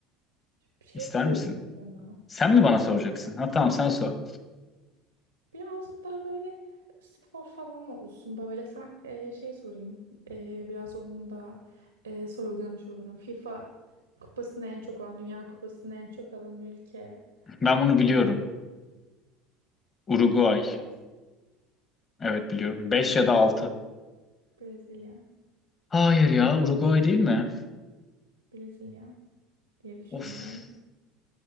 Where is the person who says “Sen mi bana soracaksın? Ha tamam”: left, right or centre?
Left